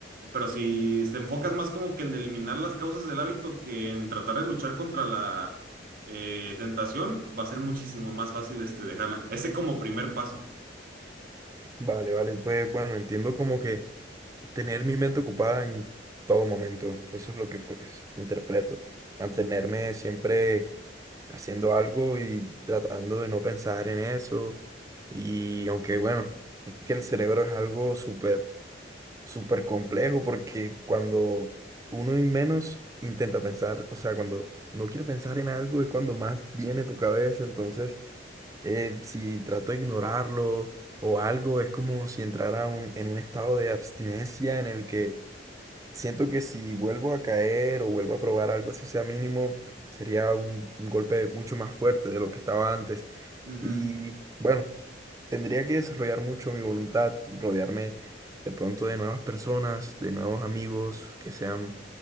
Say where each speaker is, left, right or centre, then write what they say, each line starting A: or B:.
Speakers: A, on the right; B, on the right.
A: Pero si te enfocas más como que en eliminar las causas del hábito que en tratar de luchar contra la eh, tentación, va a ser muchísimo más fácil este, dejarla. Ese como primer paso.
B: Vale, vale, pues bueno, entiendo como que tener mi mente ocupada en todo momento, eso es lo que pues interpreto, mantenerme siempre haciendo algo y tratando de no pensar en eso y aunque bueno, es que el cerebro es algo súper súper complejo porque cuando uno y menos intenta pensar, o sea, cuando no quiere pensar en algo es cuando más viene tu cabeza, entonces eh, si trato de ignorarlo o algo, es como si entrara un- en un estado de abstinencia en el que siento que si vuelvo a caer o vuelvo a probar algo así sea mínimo, sería un, un golpe mucho más fuerte de lo que estaba antes.
A: Ujú.
B: Y bueno. Tendría que desarrollar mucho mi voluntad, rodearme de pronto de nuevas personas, de nuevos amigos que sean